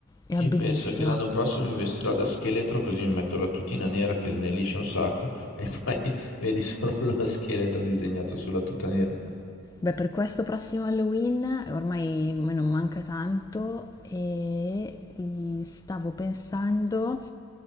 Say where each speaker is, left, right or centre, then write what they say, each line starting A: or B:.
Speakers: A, on the left; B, on the left.
A: Era
B: Io
A: bellissima.
B: penso che l'anno prossimo mi vestirò da scheletro così mi metto la tutina nera che snellisce un sacco e poi <laughs> vedi solo lo scheletro disegnato sulla tuta nera.
A: Beh, per questo prossimo Halloween ormai me non manca tanto e mm, stavo pensando,